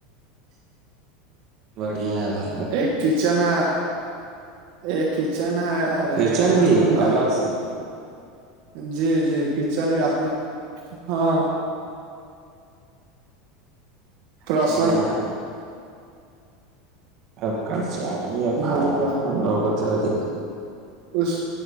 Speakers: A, on the right; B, on the right.
A: بڑیا تھا
B: ایک کچن ہے ایک کچن ہے اور
A: کچن
B: ایک
A: بھی
B: روم ہے
A: الگ سے
B: جی جی کچن بھی آپ نے ہاں پرسنل
A: لڑیا آپ کا چاہیے
B: روم
A: بھائی
B: ہے بہت
A: ہم لوگوں کو تھوڑا دکھ
B: خوش